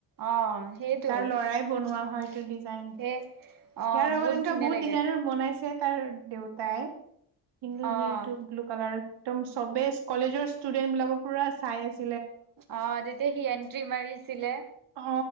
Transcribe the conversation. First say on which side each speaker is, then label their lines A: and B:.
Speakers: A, on the right; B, on the right.
A: অ সেইটো
B: তাৰ লৰাই
A: মানে
B: বনোৱা হয়টো ডিজাইন।
A: সেই অ
B: ইয়াৰ আগত এনেকুৱা
A: ধুনীয়া
B: বহুত
A: লাগে
B: ডিজাইনৰ বনাইছে তাৰ দেউতাই। কিন্তু
A: অ
B: সিটো ব্লু কালাৰ একদম চবে কলেজৰ ষ্টুডেন্ট বিলাকো পুৰা চাই আছে।
A: অ তেতিয়া সি এন্ট্ৰি মাৰিছিলে।
B: অ